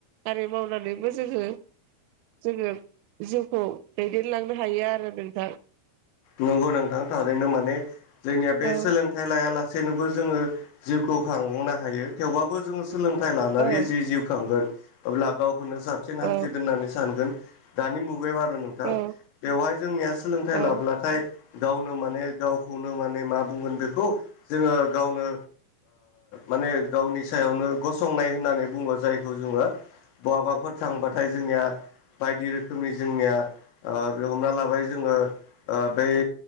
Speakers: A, on the right; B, on the left.
A: आरि मावनानैबो जोङो जोङो जिउखौ दैदेनलांनो हायो आरो नोंथां
B: नंगौ नोंथां थारैनो माने जोंनिया बे
A: औ
B: सोलोंथाइ लायालासेनोबो जोङो जिउखौ खांनो हायो थेवबाबो जोङो सोलोंथाइ लानानै
A: औ
B: जि जिउ खांगोन अब्ला गावखौनो साबसिन हामसिन
A: औ
B: दोननानै सानगोन दानि मुगायाव आरो न बेवहाय
A: औ
B: जोंनिया सोलोंथाइ
A: औ
B: लाब्लाथाय गावनो माने गावखौनो माने मा बुंगोन बेखौ जोङो गावनो माने गावनि सायावनो गसंनाय होननानै बुङो जायखौ जोङो बहाबाफोर थांबाथाय जोंनिया बायदि रोखोमनि जोंनिया हमना लाबाय जोङो बै